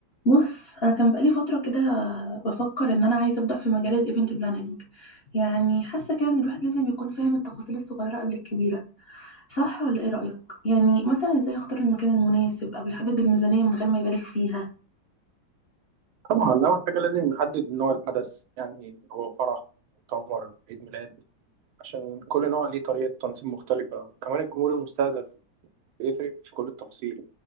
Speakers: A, on the left; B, on the right.
A: بص انا كان بقالي فتره كده بفكر ان انا عايزه ابدا في مجال الايفنت بلاننج يعني حاسه كده ان الواحد لازم يكون فاهم التفاصيل الصغيره قبل الكبيره صح ولا ايه رايك يعني مثلا ازاي يختار المكان المناسب او يحدد الميزانيه من غير ما يبالغ فيها
B: طبعا أول حاجة لازم نحدد نوع الحدث يعني هو فرح مؤتمر عيد ميلاد عشان كل نوع ليه طريقة تنظيم مختلفة وكمان الجمهور المستهدف بيفرق في كل التفاصيل